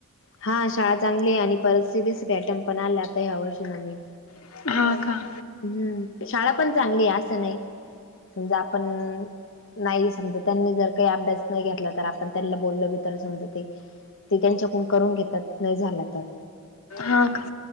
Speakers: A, on the left; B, on the left.
A: हा शाळा चांगलीय आणि परत सि बी सी पॅटर्न पण आला आता ह्या वर्षी नवीन.
B: का? हा का?
A: हम्म शाळा पण चांगलीय असं नाई समजा आपण् नाई समजा, त्यांनी जर काई अभ्यास नाई घेतला तर आपण त्यांनला बोललो बी तर समजा ते ते त्यांच्याकून करून घेतात नाई झाला तर.
B: हा का.